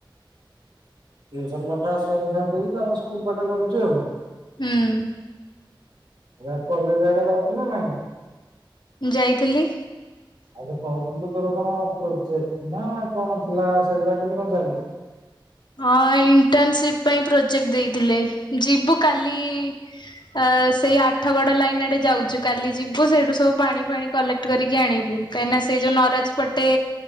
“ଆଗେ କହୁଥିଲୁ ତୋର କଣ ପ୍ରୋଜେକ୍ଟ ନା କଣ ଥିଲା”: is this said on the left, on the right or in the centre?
Right